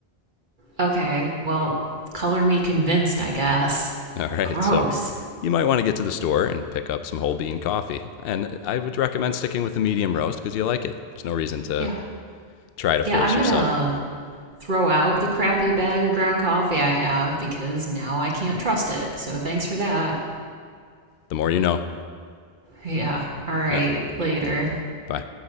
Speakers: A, on the right (about 50°); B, on the left (about 70°).
A: Okay, well, color me convinced, I guess.
B: <laughs> All right,
A: Gross.
B: so you might want to get to the store and pick up some whole bean coffee. And I would recommend sticking with the medium roast because you like it. There's no reason to
A: Yeah.
B: try to
A: Yeah,
B: force
A: I'm
B: yourself
A: gonna throw out the crappy bag of ground coffee I have because now I can't trust it. So thanks for that.
B: the more you know.
A: Yeah. All right.
B: Yeah,
A: Later.
B: bye.